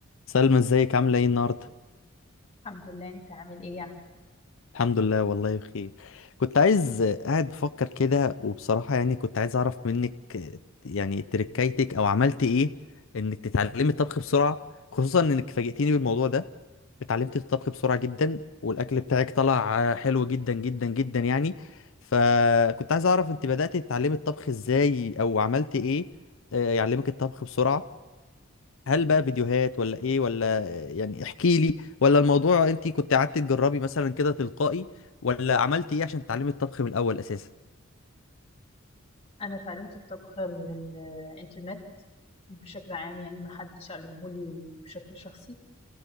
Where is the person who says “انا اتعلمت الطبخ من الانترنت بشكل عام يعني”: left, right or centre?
Left